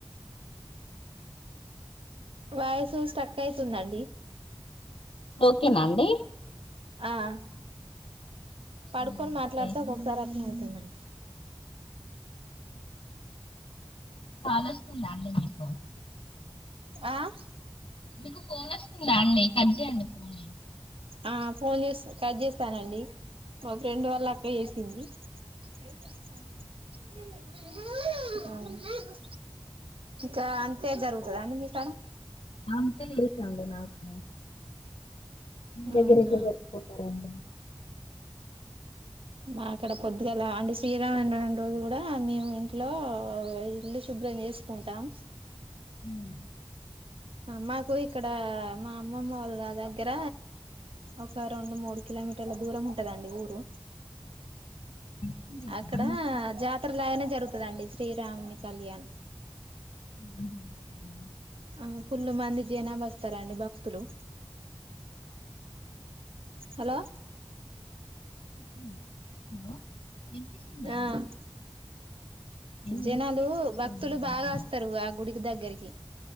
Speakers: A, on the right (about 80°); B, on the left (about 80°).
A: వాయిసు స్ట్రక్ అయితుందండి
B: ఓకే నా అండి
A: ఆహ్ పడుకొనీ
B: ఉమ్,
A: మాట్లాడితే
B: అలా
A: అదోక్ సారి అ తుందండ్
B: కాలోస్తుందండి మీకు
A: ఆహ్
B: మీకు ఫోన్ వస్తుందా అండి. కర్జేయంండి ఫోన్నీ
A: ఆ ఫోన్ చేసి కట్ చేస్తానండి. మా ఫ్రెండ్ వాళ్ళ అక్క చేసింది. తెలుసా చానల్లేంది ఉహ్ ఇక అంతే జరుగుతదండి మీకాడ
B: అంతే తెలుసండి నాకు మీ దగ్గర
A: అవునా
B: ఎట్లా జరుపుకుంటారండి.
A: మా అక్కడ పొద్దుగల. అంటే శ్రీరామ రోజు కూడా మేము ఇంట్లో ఇల్లు శుభ్రం చేసుకుంటాం.
B: ఉహ్మ్
A: మాకు ఇక్కడ మా అమ్మమ్మ వాళ్ళ దగ్గర. ఒక రెండు మూడు కిలోమీటర్ల దూరం ఉంటదండి. ఊరు
B: జరుపుకుంటారా
A: అక్కడ
B: నాకు
A: జాతర లాగానే జరుగు దాండి శ్రీరాముని కళ్యాణ్
B: ఉహ్ హు అవున
A: ఆ ఫుల్లు మంది జనాభ వస్తారండి. భక్తులు హలో
B: ఉహ్ హలో వినిపిస్తుందా అండి
A: ఆహ్
B: ఏదో
A: జనాలు,
B: డిస్టర్బెన్స్ వస్తుంది
A: భక్తులు
B: మీ
A: బాగా
B: దగ్గర
A: వస్తారు. ఆ గుడికి దగ్గరిక్ గి